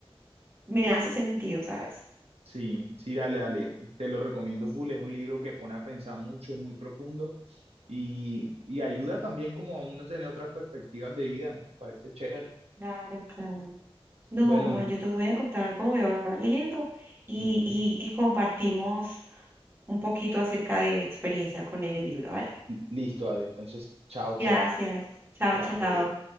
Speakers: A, on the right; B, on the right.
A: me hace sentido, ¿sabes?
B: Sí, sí, dale, dale. Te lo recomiendo full. Es un libro que pone a pensar mucho, es muy profundo y, y ayuda también como a uno tener otras perspectivas de vida. Me parece chévere.
A: Claro, claro. No,
B: Bueno,
A: Juan, yo te voy a contar cómo me va leyendo y,
B: ujú.
A: y, y compartimos un poquito acerca de mi experiencia con el libro, ¿vale?
B: Listo, dale. Entonces, chao,
A: Gracias.
B: chao.
A: Chao,
B: Chao,
A: chao.
B: te dejo.